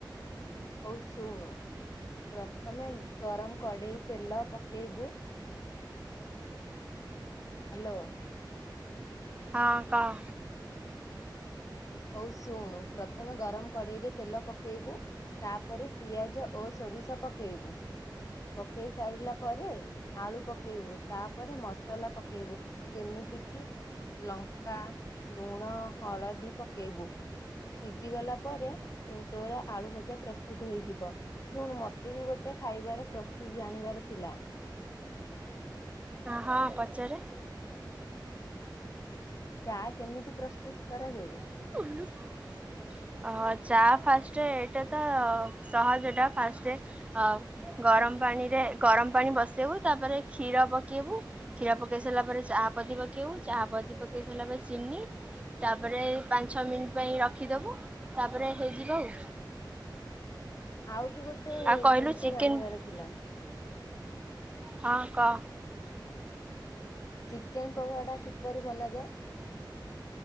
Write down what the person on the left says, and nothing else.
ହଉ ଶୁଣୁ ପ୍ରଥମେ ଗରମ କଡ଼େଇ ତେଲ ପକେଇବୁ। ହ୍ୟାଲୋ।
ହଉ ଶୁଣୁ ପ୍ରଥମେ ଗରମ କଡ଼େଇରେ ତେଲ ପକେଇବୁ। ତାପରେ ପିଆଜ ଓ ସୋରିଷ ପକେଇବୁ। ପକେଇ ସାରିଲା ପରେ ଆଳୁ ପକେଇବୁ ତାପରେ ମସଲା ପକେଇବୁ। ଯେମିତି କିି ଲଙ୍କା ଲୁଣ ହଳଦୀ ପକେଇବୁ। ସିଝି ଗଲା ପରେ ତୋର ଆଳୁ ଭଜା ପ୍ରସ୍ତୁତ ହେଇଯିବ। ଶୁଣୁ ମତେ ବି ଗୋଟେ ଖାଇବାର ପ୍ରସ୍ତୁତ ଜାଣିବାର ଥିଲା?
ଚା କେମିତି ପ୍ରସ୍ତୁତ କରାଯାଏ?
ଆଉ ବି ଗୋଟେ
ଜିନିଷ
ଜାଣିବାର ଥିଲା।
ଚିକେନ ପକୋଡା କିପରି ବନାଯାଏ?